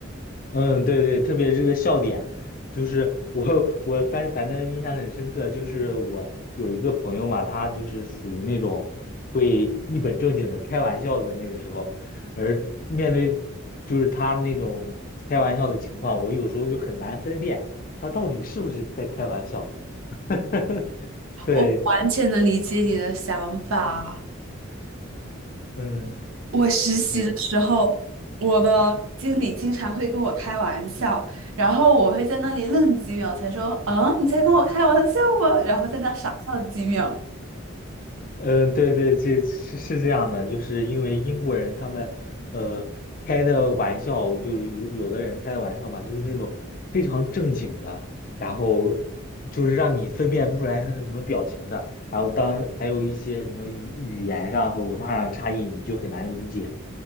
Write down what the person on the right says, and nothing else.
我完全能理解你的想法。
我实习的时候，
我的经理经常会跟我开玩笑，然后我会在那里愣几秒，才说：“嗯，你在跟我开玩笑吗？”然后在那傻笑几秒。